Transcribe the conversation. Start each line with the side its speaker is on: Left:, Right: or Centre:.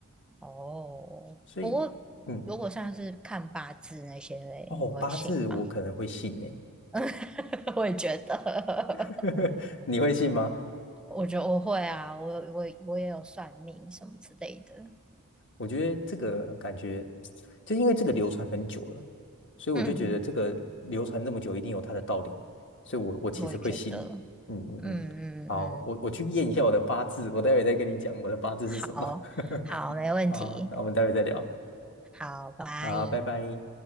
Centre: 哦。
Left: 所以嗯
Centre: 不过如果像是看八字那些嘞，
Left: 哦，
Centre: 你会信吗？
Left: 八字我可能会信诶，
Centre: <laughs> 我也觉得，
Left: <laughs> 你会信吗？
Centre: 我觉得我会啊，我我我也有算命什么之类的，
Left: 我觉得这个感觉，就因为这个流传很久了，所以我就觉得这个流传这么久，
Centre: 嗯，
Left: 一定有它的道理，所以我我其实会信。
Centre: 我也觉得。
Left: 嗯嗯嗯，
Centre: 嗯嗯嗯，
Left: 好，我我去验一下我的八字，我待会再跟你讲我的八字是什么。
Centre: 好，好，
Left: <laughs>
Centre: 没问题，
Left: 好，那我们待会再聊。
Centre: 好，拜。
Left: 好，拜拜。